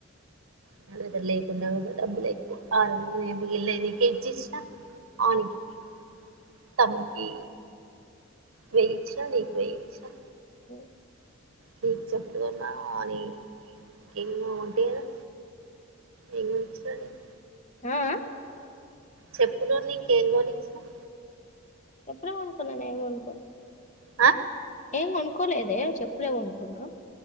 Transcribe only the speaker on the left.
టే.
ఆ, ఆ.
చెప్పులే కొనుకున్న నేనేం కొనుకోలే
ఏమ్ కొనుకోలేదే చెప్పులే కొనుకున్న